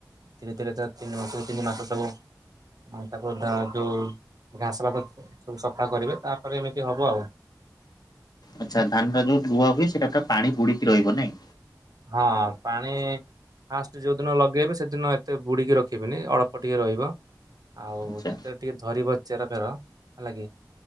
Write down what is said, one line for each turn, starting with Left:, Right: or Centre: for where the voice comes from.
Right: ଧୀରେ, ଧୀରେ ତା ତିନି ମାସରୁ ତିନି ମାସ ସବୁ ତାକୁ ତା ଯୋଉ, ଘାସ ଫାସ ସବୁ ସଫା କରିବେ। ତାପରେ ଏମିତି ହବ ଆଉ'।
Left: ଆଚ୍ଛ,। ଧାନା ଟା ଯୋଉ ଧୂଆ ହୁଏ, ସେଇଟା ପୁରା ପାଣି ବୁଡିକି ରହିବ ନାଇଁ?
Right: ହଁ, ପାଣି ଫାଷ୍ଟ ଯୋଉଦିନ ଲଗେଇବେ, ସେଦିନ ଏତେ ବୁଡିକି ରଖିବେନି, ଅଳ୍ପ ଟିକେ ରହିବ। ଆଉ
Left: ଆଚ୍ଛା।
Right: ଯେତେବେଳେ ଟିକେ ଧରିବ ଚେର, ଫେର ହେଲା କିି